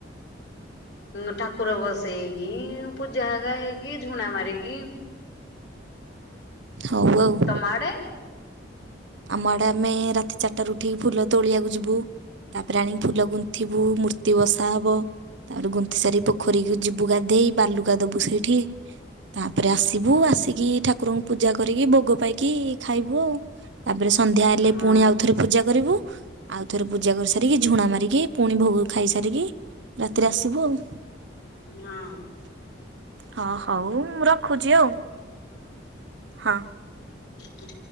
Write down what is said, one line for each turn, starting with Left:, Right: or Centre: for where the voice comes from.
Left: ଉଁ ଠାକୁର ବସେଇକି ପୂଜା ହେଗା ହେଇକି ଝୁଣା ମାରିକି
Right: ହଉ ଆଉ।
Left: ତମ ଆଡେ?
Right: ଆମ ଆଡେ ଆମେ ରାତି ଚାରିଟାରୁ ଉଠିକି ଫୁଲ ତୋଳିବାକୁ ଯିବୁ। ତାପରେ ଆଣିକି ଫୁଲ ଗୁନ୍ଥିବୁ ମୂର୍ତ୍ତି ବସା ହବ। ତାପରେ ଗୁନ୍ଥି ସାରି ପୋଖରୀକୁ ଯିବୁ ଗାଧେଇ, ବାଲୁକା ଦବୁ ସେଇଠି। ତାପରେ ଆସିବୁ ଆସିକି ଠାକୁରଙ୍କୁ ପୂଜା କରିକି ଭୋଗ ପାଇକି ଖାଇବୁ ଆଉ। ତାପରେ ସନ୍ଧ୍ୟା ହେଲେ
Left: ହଁ।
Right: ପୁଣି ଆଉ ଥରେ ପୂଜା କରିବୁ। ଆଉ ଥରେ ପୂଜା କରି ସାରିକି ଝୁଣା ମାରିକି, ପୁଣି ଭୋଗ ଖାଇ ସାରିକି, ରାତିରେ ଆସିବୁ ଆଉ।
Left: ହଁ।
Right: ହଁ, ହଉ ମୁଁ ରଖୁଛି ଆଉ। ହଁ।
Left: ହୁଁ।